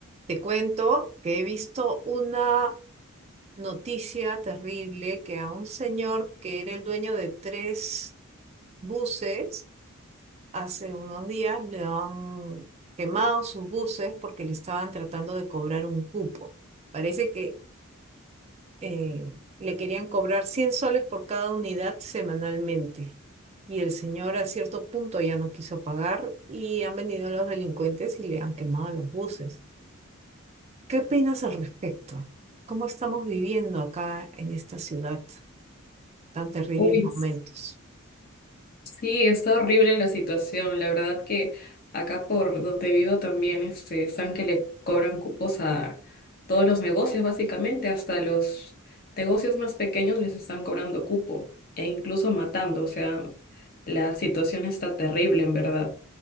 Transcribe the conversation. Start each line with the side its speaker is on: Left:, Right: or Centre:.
Right: Te cuento que he visto una noticia terrible que a un señor que era el dueño de tres buses, hace unos días le han quemado sus buses porque le estaban tratando de cobrar un cupo. Parece que eh, le querían cobrar 100 soles por cada unidad semanalmente. Y el señor a cierto punto ya no quiso pagar y han venido los delincuentes y le han quemado los buses. ¿Qué opinas al respecto? ¿Cómo estamos viviendo acá en esta ciudad tan terribles
Left: Uy,
Right: momentos?
Left: sí, está horrible la situación. La verdad que acá por donde vivo también este, están que le cobran cupos a todos los negocios, básicamente, hasta los negocios más pequeños les están cobrando cupo e incluso matando. O sea, la situación está terrible, en verdad.